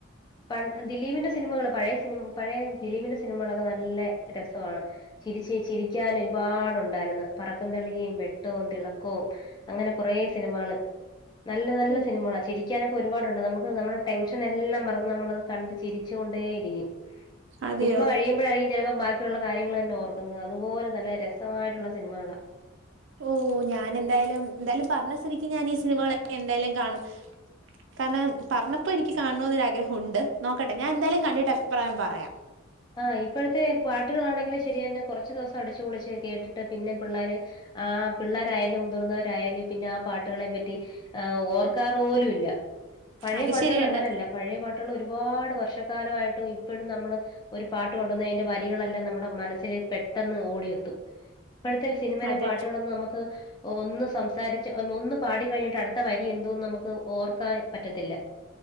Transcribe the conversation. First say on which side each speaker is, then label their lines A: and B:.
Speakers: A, on the left; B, on the right.
A: പ ദിലീപിന്റെ സിനിമകള് പഴയ സിനിമ പഴയ ദിലീപിന്റെ സിനിമകളൊക്കെ നല്ല രസമാണ് ചിരിച്ച് ചിരിക്കാൻ ഒരുപാടുണ്ടായിരുന്നു. പറക്കും തളികയും, വെട്ടവും, തിളക്കവും, അങ്ങനെ കൊറെ സിനിമകള് നല്ല നല്ല
B: ഓ
A: സിനിമകളാണ് ചിരിക്കാനൊക്കെ ഒരുപാടുണ്ട് നമുക്ക് നമ്മുടെ ടെൻഷൻ എല്ലാം മറ നമ്മളത് കണ്ട ചിരിച്ചൊണ്ടേ ഇരിക്കും
B: അതെയോ
A: സിനിമ കഴിയുമ്പോഴായിരിക്കും ചെലപ്പോ ള്ള കാര്യങ്ങൾ തന്നെ ഓർക്കുന്നത് അതുപോലെ നല്ല രസമായിട്ടുള്ള സിനിമകളാണ്
B: ഓ ഞാൻ എന്തായാലും എന്തായാലും പറഞ്ഞ സ്ഥിതിക്ക് ഞാൻ ഈ സിനിമകളൊക്കെ എന്തായാലും കാണും കാരണം പറഞ്ഞപ്പോൾ എനിക്ക് കാണണോന്നൊരു ആഗ്രഹം ഉണ്ട് നോക്കട്ടെ ഞാൻ എന്തായാലും കണ്ടിട്ട് അഭിപ്രായം പറയാം
A: ആ ഇപ്പഴത്തെ പാട്ട്കളാണെങ്കിലും ശരിയെന്നെ കൊറച്ച് ദിവസം അടിച്ചുപൊളിച്ച് കേട്ടിട്ട് പിന്നെ പിള്ളാര് ആ പിള്ളാരായാലും മുതിർന്നവരായാലും പിന്നെ ആ പാട്ട്കളെ പറ്റി ആഹ് ഓർക്കാറ് പോലും ഇല്ല പഴേ
B: അത്
A: പാട്ടുകൾ
B: ശരിയാണ്
A: അങ്ങനെല്ല പഴേ പാട്ടുകൾ ഒരുപാട് വർഷക്കാലയിട്ട് ഇപ്പഴും നമ്മള് ഒരു പാട്ട് പാടുന്ന അതിന്റെ വരികളെല്ലാം നമ്മുടെ മനസ്സില് പെട്ടെന്ന് ഓടിയെത്തും ഇപ്പഴത്തെ സിനിമയിലെ
B: അതെ
A: പാട്ടുകളൊന്നും നമക്ക് ഒന്ന് സംസാരിച്ച് ഒന്ന് പാടി കഴിഞ്ഞിട്ട് അടുത്ത വരി എന്തുവന്ന് നമുക്ക് ഓർക്കാൻ പറ്റത്തില്ല.